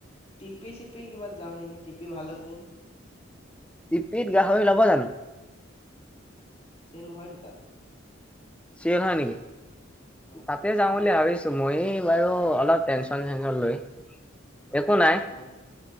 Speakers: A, on the left; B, in the centre.
A: টিপি চিপি কিবা যাওঁ নেকি টিপি ভাল পো
B: টিপিত গাহৰি ল'ব জানো।
A: চেল হয়তো তাত।
B: চেল হয় নেকি
A: হয়
B: ত যাওঁ বুলি ভাবিছো মই বাৰু অলপ টেনচন চেনচন লৈ একো নাই।
A: হয়